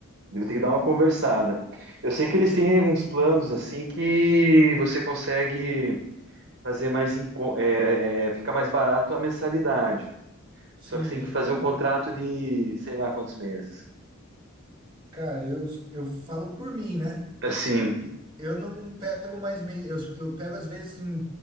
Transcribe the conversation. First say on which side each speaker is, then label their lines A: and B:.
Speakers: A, on the right; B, on the right.
A: Vou ter que dar uma conversada. Eu sei que eles têm uns planos assim que você consegue fazer mais, enco- é, é, é, fica mais barato a mensalidade.
B: Sim,
A: Só que você tem que
B: aham.
A: fazer um contrato de sei lá quantos meses.
B: Cara, eu, eu falo por mim, né?
A: Assim,
B: E- Eu não pego mais mês, eu, eu pego às vezes, hum,